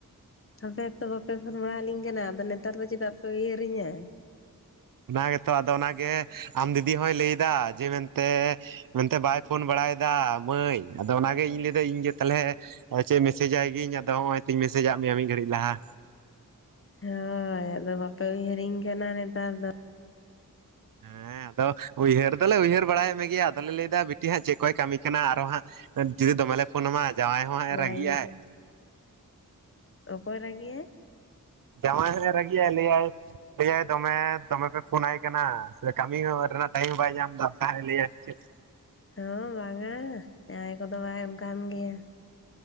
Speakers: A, on the left; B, on the right.
A: ᱟᱯᱮ ᱦᱚᱸ ᱛᱚ ᱵᱟᱯᱮ ᱯᱷᱳᱱ ᱵᱟᱲᱟᱣ ᱞᱤᱧ ᱠᱟᱱᱟ᱾ ᱟᱫᱚ ᱱᱮᱛᱟᱨ ᱫᱚ ᱪᱮᱫᱟᱜ ᱯᱮ ᱩᱭᱦᱟᱹᱨᱤᱧᱟ᱾
B: ᱚᱱᱟ ᱜᱮᱛᱚ ᱟᱫᱚ ᱚᱱᱟᱜᱮ ᱟᱢ ᱫᱤᱫᱤ ᱦᱚᱭ ᱞᱟᱹᱭᱫᱟ ᱡᱮ ᱢᱮᱱᱛᱮ ᱢᱮᱱᱛᱮ ᱵᱟᱭ ᱯᱷᱳᱱ ᱵᱟᱲᱟᱭᱮᱫᱟ ᱾ ᱢᱟᱹᱭ ᱟᱫᱚ ᱚᱱᱟᱜᱮ ᱤᱧ ᱞᱟᱹᱭᱫᱟ ᱤᱧᱜᱮ ᱛᱟᱦᱚᱞᱮ ᱟᱫᱚ ᱪᱮ ᱢᱮᱥᱮᱡᱟᱭ ᱜᱤᱧ ᱟᱫᱚ ᱱᱚᱜᱼᱚᱭ ᱛᱤᱧ ᱢᱮᱥᱮᱡᱟᱜ ᱢᱮᱭᱟ ᱢᱤᱫ ᱜᱷᱟᱹᱲᱤᱡ ᱞᱟᱦᱟ᱾
A: ᱦᱳᱭ ᱟᱫᱚ ᱵᱟᱯᱮ ᱩᱭᱦᱤᱨᱤᱧ ᱠᱟᱱᱟ ᱱᱮᱛᱟᱨ ᱫᱚ
B: ᱦᱮᱸ ᱟᱫᱚ ᱩᱭᱦᱟᱹᱨ ᱫᱚᱞᱮ ᱩᱭᱦᱟᱹᱨ ᱵᱟᱲᱟᱭᱮᱫ ᱢᱮ ᱜᱮᱭᱟ᱾ ᱟᱫᱚᱞᱮ ᱞᱟᱹᱭᱫᱟ ᱵᱤᱴᱤ ᱦᱟᱸᱜ ᱪᱮᱫ ᱠᱚᱭ ᱠᱟᱹᱢᱤ ᱠᱟᱱᱟ ᱟᱨᱚ ᱦᱟᱸᱜ ᱡᱩᱫᱤ ᱫᱚᱢᱮᱞᱮ ᱯᱷᱳᱱ ᱟᱢᱟ᱾ ᱡᱟᱶᱟᱭ ᱦᱚᱸ ᱦᱟᱜᱼ
A: ᱵᱟᱲᱟᱭᱟᱹᱧ
B: ᱮ ᱨᱟᱹᱜᱤᱜᱼ ᱟᱭ᱾
A: ᱚᱠᱚᱭ ᱨᱟᱹᱜᱤᱜᱼ ᱟᱭ?
B: ᱡᱟᱣᱟᱭ ᱦᱚᱭ ᱨᱟᱜᱤᱜᱼ ᱟᱭ ᱞᱟᱹᱭ ᱟᱭ ᱞᱟᱹᱭᱟᱭ ᱫᱚᱢᱮ ᱫᱚᱢᱮ ᱯᱮ ᱯᱷᱳᱱᱟᱭ ᱠᱟᱱᱟ᱾ ᱥᱮ ᱠᱟᱹᱢᱤ ᱨᱮᱱᱟᱜ ᱴᱟᱭᱤᱢ ᱦᱚᱸ ᱵᱟᱭ ᱧᱟᱢ ᱮᱫᱟ ᱛᱮ ᱞᱟᱹᱭᱟᱭ ᱪᱮᱫ
A: ᱦᱚᱸ ᱵᱟᱝᱼᱟ ᱾ ᱡᱟᱣᱟᱸᱭ ᱠᱚᱫᱚ ᱵᱟᱭ ᱚᱱᱠᱟᱱ ᱜᱮᱭᱟ᱾